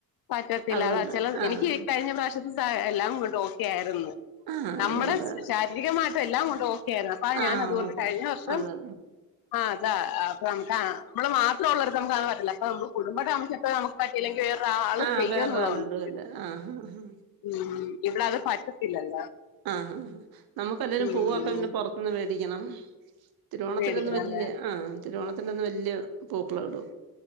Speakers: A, on the left; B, on the right.
A: പറ്റത്തില്ല
B: അതുകൊണ്ട്.
A: അതാ ചെല
B: ആഹ്.
A: എനിക്ക് കഴിഞ്ഞ പ്രാശത്തെസാ എല്ലാം കൊണ്ട് ഓക്കെ ആരുന്നു
B: ആഹ്.
A: നമ്മടെ
B: അതുകൊണ്ട്
A: ശാരീരികമാട്ടും എല്ലാം കൊണ്ട് ഓ ക്കേര്ന്നു അപ്പ ഞാൻ
B: ആഹ്.
A: അതുകൊണ്ട്
B: ഓക്കെ.
A: കഴിഞ്ഞ വർഷം
B: അതെ.
A: ആഹ് അതാ നമക്ക നമ്മള് മാത്രവൊള്ളടത്ത് നമക്കത് പറ്റില്ല അപ്പ നമ്മ കുടുംബായിട്ട് താമസിച്ചട്ട് നമുക്ക് പറ്റീല്ലെങ്കിൽ ആള്
B: ആ
A: ചെയ്യന്നുള്ളതൊണ്ട്
B: വേറൊരാള് ഇടുവല്ലേ. ആഹ്. ആഹ്.
A: ഉം ഇവിടത് പറ്റത്തില്ലല്ലോ
B: ആഹ് നമുക്കല്ലേലും
A: ഉം
B: പൂവൊക്കെ പിന്നെ പൊറത്തുന്ന് മേടിക്കണം തിരുവോണത്തിന്റന്ന്
A: പേടിക്കണല്ലേ
B: വല്യ ആ തിരുവോണത്തിന്റെന്ന് വല്യ പൂക്കള്ടും